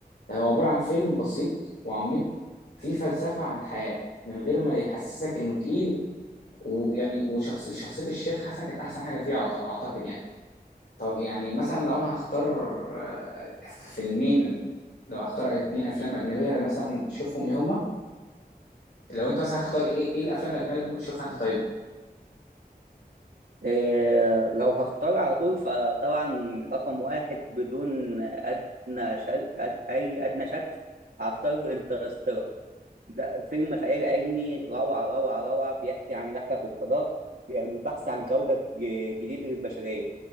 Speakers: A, on the left; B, on the right.
A: هو عباره عن فيلم بسيط وعميق فيه فلسفه عن الحياه من غير ما يحسسك انه تقيل ويعني وشخص شخصيه الشيخ حسن كانت احسن حاجه فيه أعت- اعتقد يعني طب يعني مثلا لو انا هختار آه، فيلمين لو هختار اتنين افلام اجنبيه مثلا تشوفهم ايه هما لو انت مثلا هتختار ايه ايه الافلام الاجنبيه اللي ممكن تشوفها انت طيب
B: إيه لو هختار على طول فطبعا رقم واحد بدون ادنى شك أد... اي ادنى شك هختار انترستيلر ده فيلم خيال علمي روعه روعه روعه بيحكي عن رحله في الفضاء بي- البحث عن كوكب ج- جديد للبشريه